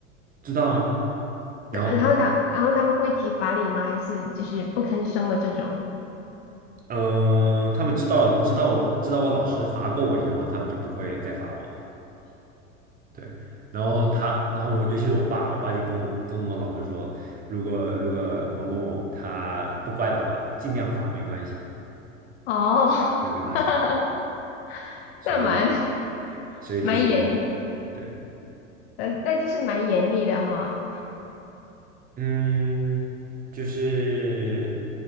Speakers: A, on the right; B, on the left.
A: 知道啊，
B: 那然后他，
A: 然后
B: 然后他们会体罚你吗？还是就是不吭声的这种？
A: 嗯、呃他们知道知道我知道我老师罚过我以后，他们就不会再罚我了，对，然后他，然后尤其是我爸，我爸就跟我跟我老师说，如果如果某某某他不乖的话，尽量罚没关系。
B: 哦，
A: 能跟他说，
B: <laughs>
A: 所以
B: 那蛮
A: 所以就是
B: 蛮严厉，
A: 对，
B: 那那就是蛮严厉的哈。
A: 嗯，就是